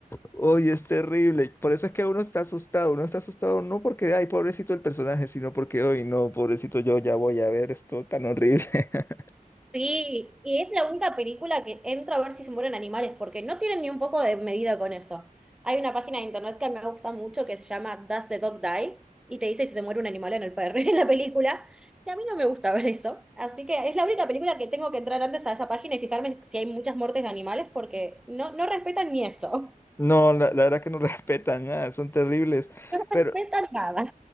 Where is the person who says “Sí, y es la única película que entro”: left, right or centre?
Centre